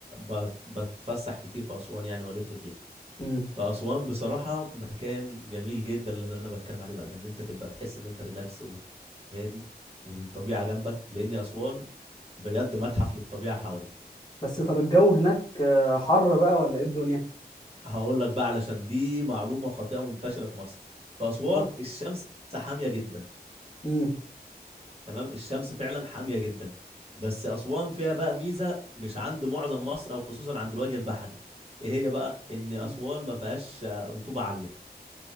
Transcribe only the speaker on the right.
ب... بتفسح كتير في اسوان يعني والف فيها
فاسوان بصراحه مكان جميل جدا اللي انا بتكلم عليه بقى ده ان انت تبقى تحس ان انت ريلاكس وهادي والطبيعه جنبك لان اسوان بجد متحف للطبيعه حواليك
هقول لك بقى علشان دي معلومة خاطئة منتشرة في مصر في أسوان
الشمس حامية جدا
تمام الشمس فعلا حامية جدا بس أسوان فيها بقى ميزة مش عند معظم مصر أو خصوصا عند الوجه البحري إيه هي بقى إن أسوان
ما فيهاش آه، رطوبة عالية